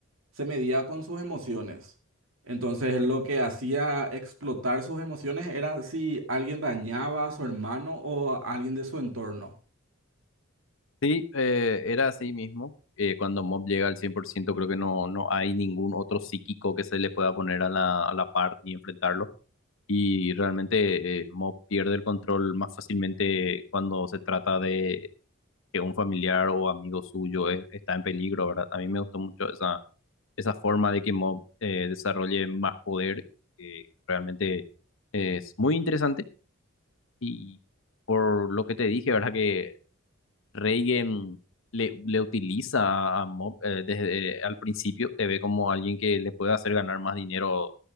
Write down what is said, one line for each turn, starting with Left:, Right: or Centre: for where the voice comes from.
Right: se medía con sus emociones. Entonces lo que hacía explotar sus emociones era si alguien dañaba a su hermano o a alguien de su entorno.
Left: Sí, eh, era así mismo. Eh, cuando Mob llega al 100% creo que no, no hay ningún otro psíquico que se le pueda poner a la, a la par y enfrentarlo. Y realmente eh, Mob pierde el control más fácilmente cuando se trata de que un familiar o amigo suyo es- está en peligro, ¿verdad? A mí me gustó mucho esa, esa forma de que Mob eh, desarrolle más poder eh, realmente es muy interesante y por lo que te dije, ¿verdad? Que Reigen le, le utiliza a Mob eh, desde al principio, te ve como alguien que le puede hacer ganar más dinero,